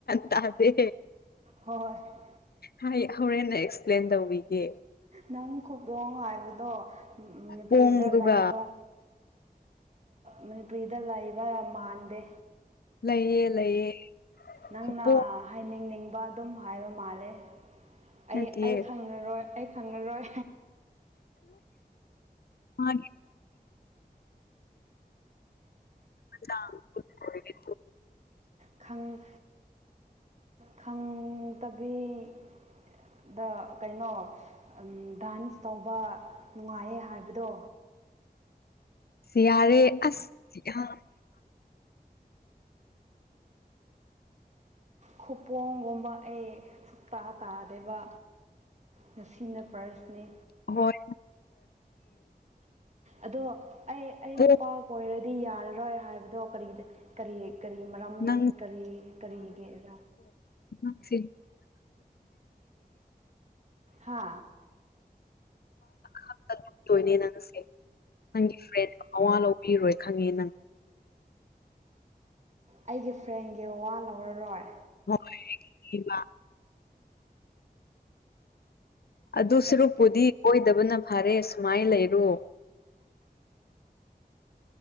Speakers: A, on the left (about 75°); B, on the right (about 45°).
A: ꯇꯗꯦ
B: ꯍꯣꯏ ꯍꯣꯏ
A: ꯍꯥꯏ ꯍꯣꯔꯦꯟꯟꯅ ꯑꯦꯛꯁꯄ꯭ꯂꯦꯟ ꯇꯧꯕꯤꯒꯦ
B: ꯅꯪ ꯈꯗꯣꯡ ꯍꯥꯏꯕꯗꯣ ꯅꯨꯄꯤ꯭ꯔꯤꯗ
A: ꯄꯣꯡꯗꯨꯒ
B: ꯂꯩꯕ ꯃꯅꯤꯄꯨꯔꯤꯗ ꯂꯩꯕ ꯃꯥꯟꯗꯦ
A: ꯂꯩꯌꯦ ꯂꯩꯌꯦ
B: ꯅꯪꯅ
A: ꯈꯨꯄꯣꯡ
B: ꯍꯥꯏꯅꯤꯡꯅꯤꯡꯕ ꯑꯗꯨꯝ ꯍꯥꯏꯕ ꯃꯥꯜꯂꯦ ꯑꯩ
A: ꯅꯠꯇꯤꯌꯦ
B: ꯑꯩ ꯈꯪ ꯈꯪꯉꯔꯣꯏ ꯑꯩ ꯈꯪꯉꯔꯣꯏ
A: ꯍꯂ ꯂꯥꯡ ꯀꯠꯒꯦ
B: ꯈꯪ ꯈꯪ ꯇꯕꯤ ꯗ ꯀꯩꯅꯣ ꯗꯥꯟꯁ ꯇꯧꯕ ꯅꯨꯡꯉꯥꯏꯌꯦ ꯍꯥꯏꯕꯗꯣ
A: ꯆꯌꯥꯔꯦ ꯑꯁ ꯆ
B: ꯈꯨꯄꯣꯡꯒꯨꯝꯕ ꯑꯩ ꯁꯨꯛꯇꯇꯥ ꯇꯥꯗꯦꯕ ꯉꯁꯤꯅ ꯄ꯭ꯔꯖꯅꯤ
A: ꯍꯣꯏ
B: ꯑꯗꯣ ꯑꯩ ꯑꯩ
A: ꯄꯣꯛ
B: ꯅꯨꯄꯥ ꯀꯣꯏꯔꯗꯤ ꯌꯥꯔꯔꯣꯏ ꯍꯥꯏꯕꯗꯣ ꯀꯔꯤꯗ ꯀꯔꯤ ꯀꯔꯤ ꯃꯔꯝ
A: ꯅꯪ
B: ꯀꯔꯤ ꯀꯔꯤꯒꯤꯔ
A: ꯈ ꯆ
B: ꯍꯥ
A: ꯈꯛꯇꯠꯇꯣꯏꯅꯦ ꯅꯪꯁꯦ ꯅꯪꯒꯤ ꯐ꯭ꯔꯦꯟ ꯑꯋꯥ ꯂꯧꯕꯤꯔꯣꯏ ꯈꯪꯉꯦ ꯅꯪ
B: ꯑꯩꯒꯤ ꯐ꯭ꯔꯦꯟꯒꯤ ꯋꯥ ꯂꯧꯔꯔꯣꯏ
A: ꯍꯣꯏ ꯑꯗꯨ ꯁꯔꯨꯛꯄꯨꯗꯤ ꯀꯣꯏꯗꯕꯅ ꯐꯔꯦ ꯁꯨꯃꯥꯏꯅ ꯂꯩꯔꯣ